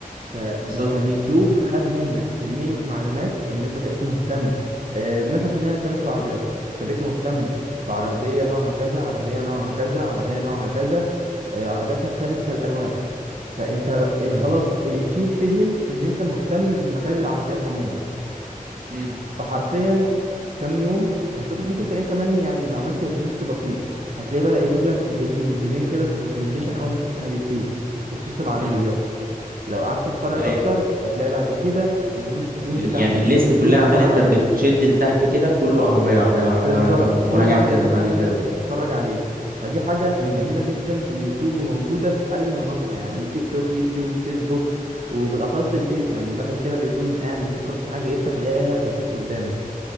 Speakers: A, on the right (about 55°); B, on the right (about 80°).
A: فانت
B: بالظبط
A: اليوتيوب خد منك كمية معلومات ان انت بقيت مهتم آه، مثلا خلينا نتكلم في العربيات انت بقيت مهتم بعربية نوعها كذا عربية نوعها كذا عربية نوعها كذا آه، عربيات مختلفة الانواع فانت آه،
B: امم
A: خلاص اليوتيوب فهم ان انت مهتم بمجال العربيات عموما
B: امم
A: فحرفيا كام يوم بالظبط ممكن تلاقي كمان يعني لو عملت ريفرش بسيط هتلاقي بدأ يجيب لك فيديو فيديوهين كده في الريكومنديشن اول ما تفتح اليوتيوب بخصوص العربيات
B: امم
A: لو قعدت تتفرج
B: ايوه
A: اكتر هتلاقي بعد كده الهوم سكرين
B: ال-
A: بتاعتك
B: يعني الليست
A: في اليوتيوب
B: كلها
A: عبارة
B: عمال انت
A: عن
B: بتشد
A: ال...
B: لتحت كده كله عربية عربية عربية
A: بالظبط
B: عربية طب مراجعة
A: كل عن
B: كذا
A: المحتوى
B: مراجعة
A: اللي انت بتتفرج عليه فدي حاجة
B: كذا
A: جميلة جدا في اليوتيوب وموجودة في أي منصة يعني تيك توك يوتيوب فيسبوك وبالأخص الفيس يعني الواحد كده بيكون قاعد بيفكر في حاجة يفتح يلاقيها في الفيس قدامه